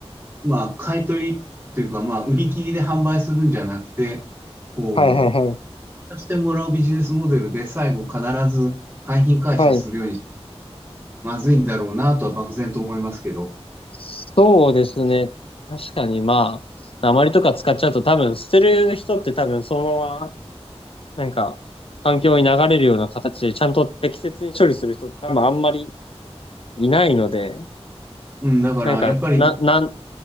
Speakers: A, on the right; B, on the left.
A: まあ、買い取りというか、まあ、売り切りで販売するんじゃなくて、こ
B: はいはいはい。
A: してもらうビジネスモデルで最後必ず廃品回収するように
B: はい。
A: まずいんだろうなとは漠然と思いますけど。
B: そうですね。確かにまあ、鉛とか使っちゃうと多分捨てる人って多分そのままなんか、環境に流れるような形で、ちゃんと適切に処理する人って多分あんまりいないので、
A: うん、だからやっぱり、
B: なんか、な、なん、